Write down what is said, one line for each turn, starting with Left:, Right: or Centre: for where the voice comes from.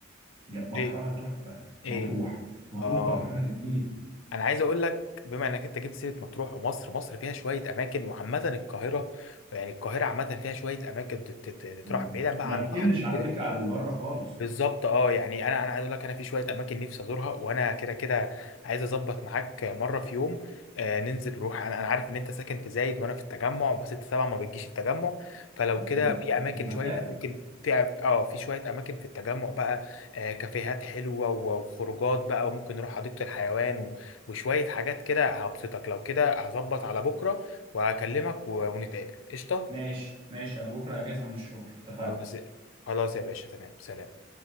Right: جم- بحرها
Left: ايه
Right: تحفة
Left: ايه
Right: مطروح مطروح
Left: اه
Right: بحرها جميل
Left: انا عايز اقول لك بما انك انت جبت سيره مطروح ومصر مصر فيها شويه اماكن وعامه القاهره يعني القاهره عامه فيها شويه اماكن تت- تت- تتراح
Right: مم.
Left: بعيدا بقى
Right: ما
Left: عن
Right: تقلش
Left: البحر وكده.
Right: على فكرة على اللي بره خالص
Left: بالظبط اه يعني انا انا عايز اقول لك انا في شويه اماكن نفسي ازورها وانا كده كده عايز اظبط معاك مره في يوم آه ننزل نروح انا انا عارف ان انت ساكن في زايد وانا في التجمع بس انت طبعا ما بتجيش التجمع فلو
Right: مم.
Left: كده في اماكن
Right: مسافة
Left: شويه اماكن في اه في شويه اماكن في التجمع بقى آه كافيهات حلوه و- وخروجات بقى وممكن نروح حديقه الحيوان و- وشويه حاجات كده هبسطك لو كده هظبط على بكره وهكلمك و- ونتقابل قشطه
Right: ماشي ماشي أنا بكرة أجازة من الشغل اتفقنا
Left: خلاص خلاص يا باشا تمام سلام